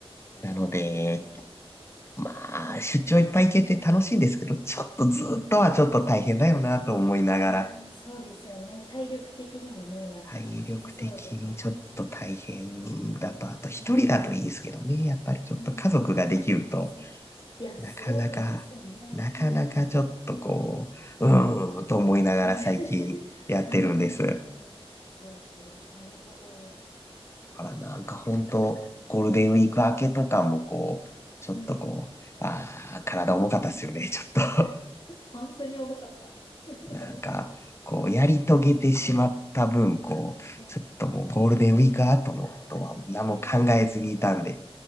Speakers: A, on the left (about 45°); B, on the left (about 25°).
A: なるほど、
B: なので、
A: なるほど。
B: まあ、出張いっぱい行けて楽しいんですけど、ちょっとずっとはちょっと大変だよなと思いながら、
A: うん。いやー、そうですよね。体力的にもね、なんかきつそうでは。
B: 体力的にちょっと大変だと、あと一人だといいんですけどね、
A: うん。
B: やっぱりちょっと家族ができると、
A: うんうん。そうか。いや、それはありますよね。
B: なかなか、なかなかちょっとこう、
A: うんうん。
B: うーんと思いながら最近やってるんです。
A: うん <laughs> うんうんうんうん。そうか。なるほど。そっかそっか。
B: からなんか本当、ゴールデンウィーク明けとかもこう、ちょっとこう、
A: うん。
B: ああ、体重かったっすよね、<laughs> ちょっと。
A: <laughs> 本当に重かった。<laughs>
B: <laughs> なんか、こう、やり遂げてしまった分、こう、
A: うん。
B: ちょっともうゴールデンウィーク後のことは何も考えずにいたんで、
A: ねえ。うん